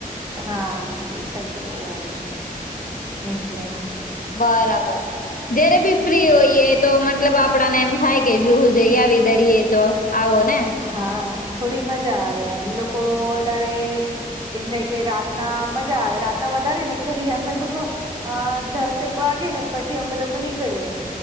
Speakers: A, on the right; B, on the left.
A: હા જુ સાઈડ તો બહ આવું છું એટલે
B: બરાબર જયારે બી ફ્રી હોઈએ તો મતલબ આપડાને એમ થાય કે જોવું જઈએ આવી દરીએ તો આવો ને
A: હા થોડી મજા આવે એમ લોકો વધારે એમ થાય કે રાતના મજા આવે રાતના વધારે નીકળીએ અમે લોકો અ દસક વાગે ને પછી અમે લોકો નીકળીએે